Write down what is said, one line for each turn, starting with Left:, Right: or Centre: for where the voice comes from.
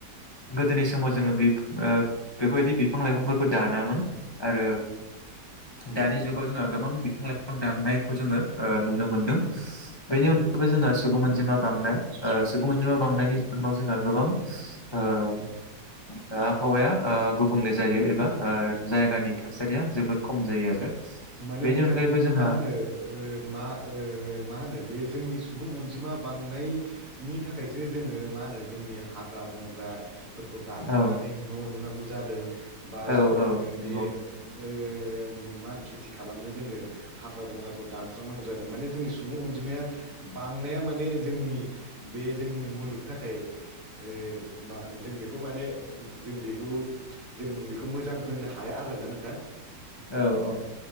Left: गोदोनि समाव जोङो बि ओ बे बेफोरबायदि बिफां लाइफांफोरखौ दानामोन। आरो दानि जुग गाव जोङो गोबां बिफां लाइफां दाननायखौ जोङो ओ नुनो मोन्दों। बेनि अनगायैबो जोङो सुबुं अनजिमा बांनाय ओ सुबुं अनजिमा बांनायनि जाहोनाव जोङो गोबां ओ ओ आबहावाया ओ गुबुंले जायो एबा ओ जाय गानि थासारिया जोबोद खम जायो आरो।
Right: माने
Left: बेनि
Right: नोंथां
Left: अनगायैबो जोंहा
Right: मा होनो ओ मा ओ मा होनो बे जोंनि स सुबुं अनजिमा बांनायनि थाखायसो जोङो मा होनो जोंनि हाग्रा बंग्रा फोरखौ दानस्रांनानै
Left: औ
Right: न' लुनांगौ जादों बा
Left: औ औ
Right: जोङो
Left: नंगौ
Right: बे ओ ओं माहोनो खेथि खालामनो जोङो हाग्रा बंग्राखौ दानस्रांनांगौ जादों माने जोंनि सुबुं अनजिमाया बांनाया माने जोंनि बे जोंनि मुलुगनि थाखाय ओ मा जों बेखौ माने जों बे जों बेखौ मोजां होननो हाया आरोना नोंथां <unintelligible>
Left: औ औ